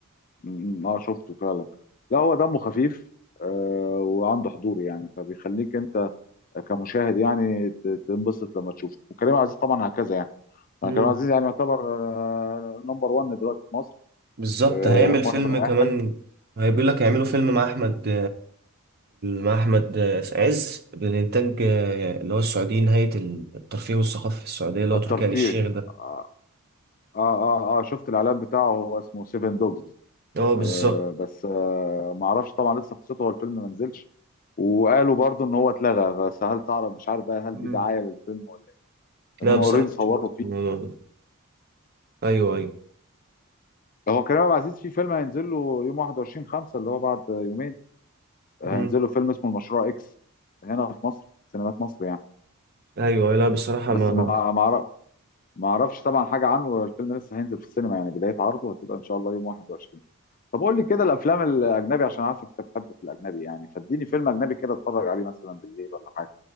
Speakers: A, on the left; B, on the right.
A: م- م- اه شفته فعلا لا هو دمه خفيف آه وعنده حضور يعني فبيخليك انت كمشاهد يعني ت- تنبسط لما تشوفه وكريم عبد العزيز طبعا هكذا يعني أنا
B: مم.
A: كريم عبد العزيز يعني يعتبر آه نمبر 1 دلوقتي في مصر
B: بالظبط
A: آه
B: هيعمل فيلم
A: هو نمبر واحد
B: كمان هيقول لك هيعملوا فيلم مع أحمد مع أحمد عز بالإنتاج آه، اللي هو السعودي نهاية الترفيه والثقافة في السعودية اللي هو
A: الترفيه
B: تركي آل الشيخ ده
A: اه اه اه آه، شفت الاعلان بتاعه هو اسمه سيفن دوجز
B: اه بالظبط
A: آه، بس آه، ما اعرفش طبعا لسه قصته هو الفيلم ما نزلش وقالوا برضو ان هو اتلغى بس هل تعرف مش عارف بقى هل
B: مم.
A: دي دعايه للفيلم ولا ايه لان
B: لا
A: هم
B: بصراحة
A: اوريدي صوروا
B: شفت
A: فيه
B: الموضوع ده أيوه أيوه
A: هو كريم عبد العزيز في فيلم هينزل له يوم 21 5 اللي هو بعد يومين هينزل
B: مم.
A: له فيلم اسمه المشروع اكس هنا في مصر في سينمات مصر يعني
B: أيوه لا بصراحة
A: بس
B: ما
A: ما ما أعرف- ما اعرفش طبعا حاجه عنه الفيلم لسه هينزل في السينما يعني بدايه عرضه هتبقى ان شاء الله يوم 21 طب قول لي كده الافلام الاجنبي عشان عارفك انت بتحب في الاجنبي يعني فاديني فيلم اجنبي كده اتفرج عليه مثلا بالليل ولا حاجه